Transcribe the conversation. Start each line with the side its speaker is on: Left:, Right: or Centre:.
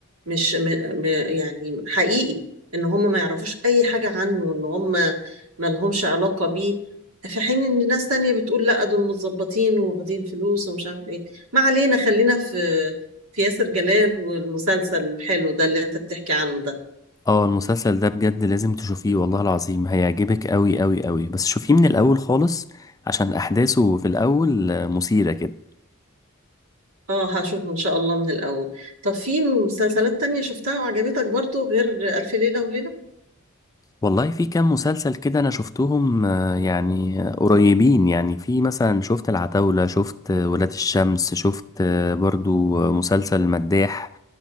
Right: مش م... م... يعني حقيقي ان هم ما يعرفوش اي حاجة عنه ان هم ما لهمش علاقة بيه في حين ان ناس تانية بتقول لا دول متظبطين واخدين فلوس ومش عارف ايه ما علينا خلينا في في ياسر جلال والمسلسل الحلو ده اللي انت بتحكي عنه ده
Left: اه المسلسل ده بجد لازم تشوفيه والله العظيم هيعجبك قوي قوي قوي بس شوفيه من الاول خالص عشان احداثه في الاول آه، مثيرة كده
Right: اه هشوفه ان شاء الله من الاول طب في مسلسلات تانية شفتها وعجبتك برضو غير ألف ليلة وليلة
Left: والله في كام مسلسل كده انا شفتهم آه، يعني آه، قريبين يعني في مثلا شفت العتاولة شفت آه، ولاد الشمس شفت آه، برضو آه، مسلسل المداح